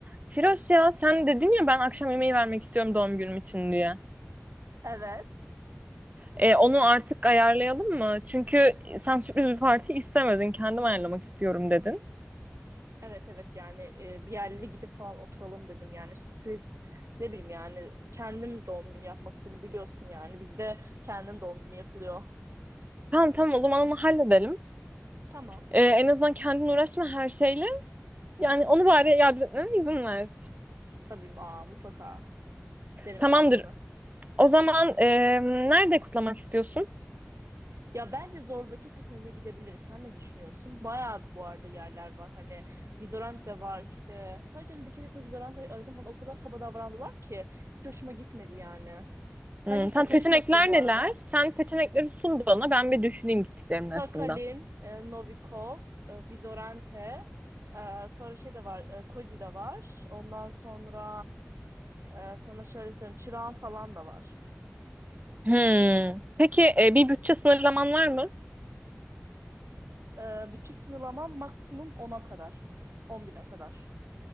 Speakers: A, on the right; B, on the right.
A: Firoz ya sen dedin ya ben akşam yemeği vermek istiyorum doğum günüm için diye.
B: Evet.
A: E, onu artık ayarlayalım mı? Çünkü sen sürpriz bir parti istemedin. Kendim ayarlamak istiyorum dedin.
B: Evet evet yani e, bir yerlere gidip falan oturalım dedim yani sürpriz ne bileyim yani kendim doğum günü yapmak istedim biliyorsun yani bizde kendim doğum günü yapılıyor.
A: Tamam tamam o zaman onu halledelim.
B: Tamam
A: E, en azından kendin uğraşma her şeyle. Yani onu bari yardım etmene izin ver.
B: tabii aa, mutlaka isterim
A: Tamamdır.
B: yardımını.
A: O zaman e, nerede kutlamak istiyorsun?
B: Ya bence Zorlu'daki Sakalin'e gidebiliriz. Sen ne düşünüyorsun? Bayağı bu arada yerler var. Hani Vizorant da var işte. Sadece hani bir keresinde Vizorant'ı aradım bana o kadar kaba davrandılar ki hiç hoşuma gitmedi yani. Sence
A: Hmm,
B: Sakalin
A: tam seçenekler
B: nasıl bu
A: neler?
B: arada?
A: Sen seçenekleri sun bana. Ben bir düşüneyim gittiklerimin
B: Sakalin,
A: arasından.
B: e, Novikov, e, Vizorente, e, sonra şey de var, e, Cody de var. Ondan sonra e, sana şöyle söyleyeyim, Çırağan falan da var.
A: Hmm. Peki e, bir bütçe sınırlaman var mı?
B: E, bütün sınırlaman maksimum ona kadar. on bine kadar.